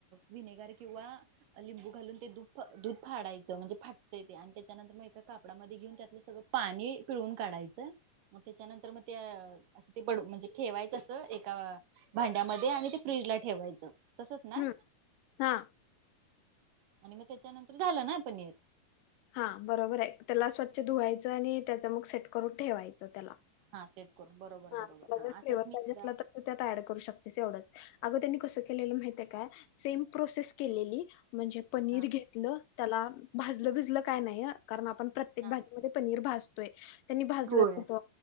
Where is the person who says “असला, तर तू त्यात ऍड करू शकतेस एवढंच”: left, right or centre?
Left